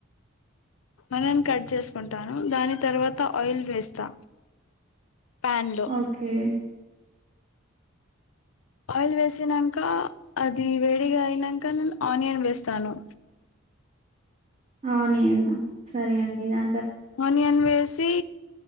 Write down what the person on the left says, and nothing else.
మనం కట్ చేసుకుంటాను దాని తర్వాత ఆయిల్ వేస్తా ప్యాన్ లో
ఆయిల్ వేసినంక అది వే అయినంక నేను ఆనియన్ వేస్తాను
ఆనియన్ వేసి